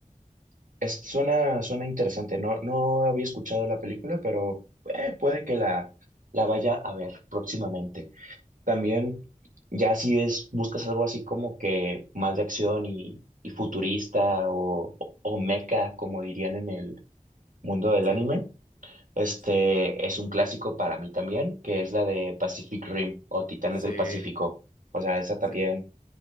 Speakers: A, on the right; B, on the left.
A: es- suena, suena interesante. No, no había escuchado la película, pero eh, puede que la, La vaya a ver próximamente. También, ya si es, buscas algo así como que más de acción y, y futurista o, o, o mecha, como dirían en el mundo del
B: Sí,
A: anime, este
B: sí.
A: es un clásico para mí también, que es la de Pacific Rim o Titanes
B: Sí,
A: del Pacífico. O sea, esa
B: sí.
A: también